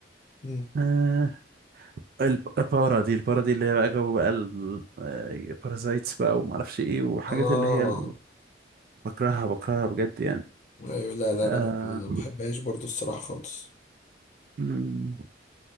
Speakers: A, on the left (about 40°); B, on the right (about 50°).
A: امم
B: آه، الب- البارا دي البارا دي اللي هي بقى جو بقى البارازايتس بقى وما اعرفش ايه وحاجات
A: اه
B: اللي هي ال- بكرهها بكرهها بجد يعني
A: ايوه لا لا
B: آه
A: لا ما بحبهاش برضو الصراحه خالص
B: مم.